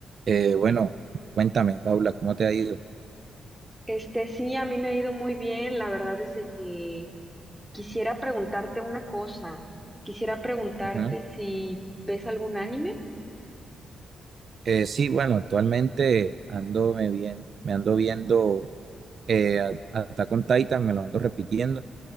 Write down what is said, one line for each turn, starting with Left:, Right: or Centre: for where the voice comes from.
Right: Eh, bueno, cuéntame, Paula, ¿cómo te ha ido?
Centre: Este, sí, a mí me ha ido muy bien. La verdad es de que quisiera preguntarte una cosa. Quisiera preguntarte
Right: Ujú.
Centre: si ves algún anime.
Right: Eh, sí, bueno, actualmente ando me bien, me ando viendo eh, a- Attack on Titan, me lo ando repitiendo,